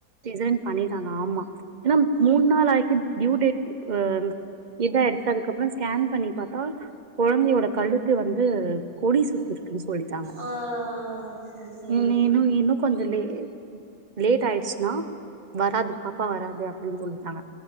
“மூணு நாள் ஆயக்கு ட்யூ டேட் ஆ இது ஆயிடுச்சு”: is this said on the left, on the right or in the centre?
Right